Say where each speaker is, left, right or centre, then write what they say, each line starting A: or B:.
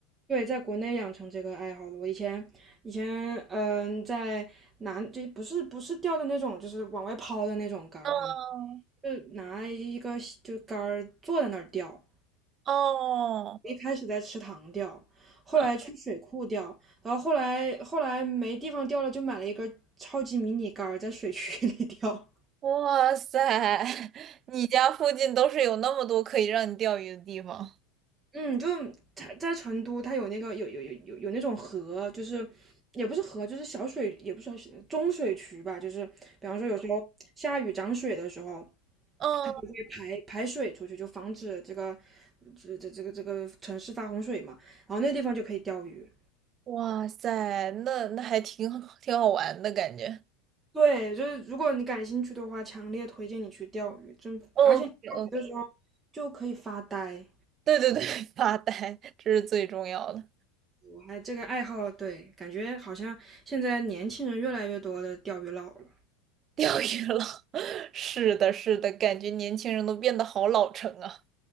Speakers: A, on the right; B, on the right.
A: 对，在国内养成这个爱好的，我以前以前嗯、在南就不是不是钓的那种，就是往外抛的那种竿儿，
B: 嗯，
A: 他们。就拿一个就杆儿坐在那儿钓，
B: 哦，
A: 一开始在池塘钓，后来去水库钓，
B: 嗯，
A: 然后后来后来没地方钓了，就买了一根超级迷你杆儿在水渠 <laughs> 里钓。
B: 哇塞，<laughs> 你家附近都是有那么多可以让你钓鱼的地方。
A: 嗯，就它在成都，它有那个有有有有有那种河，就是也不是河，就是小水，也不是小水中水渠吧，就是比方说有时候下雨涨水的时候，
B: 嗯，
A: 它就会排排水出去，就防止这个这这这个这个城市发洪水嘛。然后那地方就可以钓鱼。
B: 哇塞，那那还挺好挺好玩的感觉。
A: 对，就是如果你感兴趣的话，强烈推荐你去钓鱼，真，
B: OK
A: 而且你钓鱼的时候
B: OK，
A: 就可以发呆。
B: 对对对，<laughs> 发呆，这是最重要的。
A: 我还这个爱好，对，感觉好像现在年轻人越来越多的钓鱼佬了。
B: <laughs> 钓鱼了，<laughs> 是的，是的，感觉年轻人都变得好老成啊。